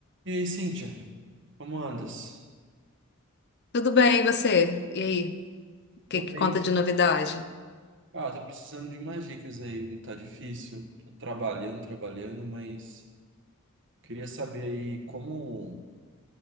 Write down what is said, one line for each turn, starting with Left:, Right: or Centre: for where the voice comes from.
Right: E aí, Cíntia, como andas?
Left: Tudo bem, e você? E aí, o que
Right: Tô
Left: que
Right: bem.
Left: conta de novidade?
Right: Ah, tá precisando de umas dicas aí, viu? Tá difícil, tô trabalhando, trabalhando, mas queria saber aí como,